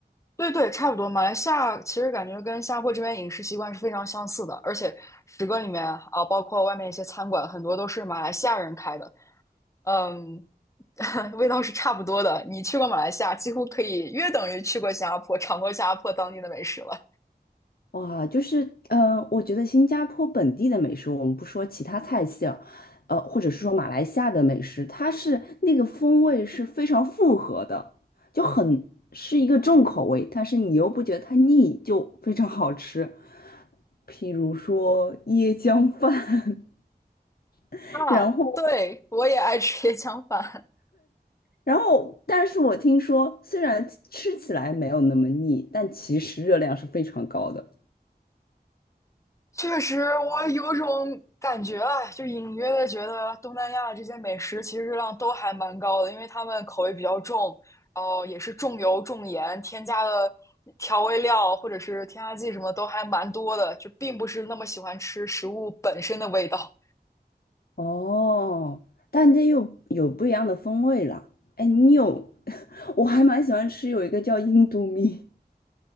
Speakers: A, on the left; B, on the left.
A: 对对，差不多。马来西亚其实感觉跟新加坡这边饮食习惯是非常相似的，而且食阁里面啊，包括外面一些餐馆，很多都是马来西亚人开的，嗯，<laughs> 味道是差不多的。你去过马来西亚，几乎可以约等于去过新加坡，尝过新加坡当地的美食了。
B: 哇，就是，嗯、呃，我觉得新加坡本地的美食，我们不说其他菜系啊，呃，或者是说马来西亚的美食，它是那个风味是非常复合的，就很是一个重口味，但是你又不觉得它腻，就非常好吃。譬如说椰浆饭，<laughs>
A: 啊，
B: 然后，
A: 对，我也爱吃椰浆饭。
B: 然后，但是我听说，虽然吃起来没有那么腻，但其实热量是非常高的。
A: 确实，我有种感觉啊，就隐约的觉得东南亚这些美食其实热量都还蛮高的，因为他们口味比较重，然后也是重油重盐，添加的调味料或者是添加剂什么都还蛮多的，就并不是那么喜欢吃食物本身的味道。
B: 哦，但这又有不一样的风味了。哎，你有，<laughs> 我还蛮喜欢吃有一个叫印度米，